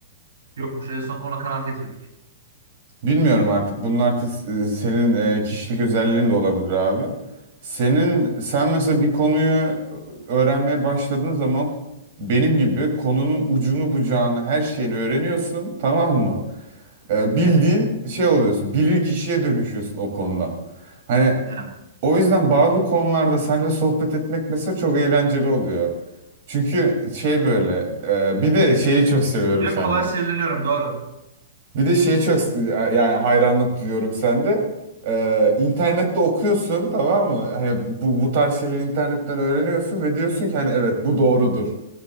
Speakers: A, on the right (about 90°); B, on the right (about 40°).
A: Yokmuş en son ona kanaat getirdik.
B: bilmiyorum artık bunun artık s- senin e, kişilik özelliğin de olabilir abi. Senin sen mesela bir konuyu öğrenmeye başladığın zaman benim gibi konunun ucunu bucağını her şeyini öğreniyorsun tamam mı? E, bildiğin şey oluyorsun. Bilir kişiye dönüşüyorsun o konuda. Hani
A: Yani.
B: o yüzden bazı konularda seninle sohbet etmek mesela çok eğlenceli oluyor. Çünkü şey böyle e, bir de şeyi çok seviyorum
A: Bir
B: sende.
A: de kolay sinirleniyorum doğru.
B: Bir de şeyi çok yani hayranlık duyuyorum sende. Ee, internette okuyorsun tamam mı? Hani bu, bu tarz şeyleri internetten öğreniyorsun ve diyorsun ki hani evet bu doğrudur.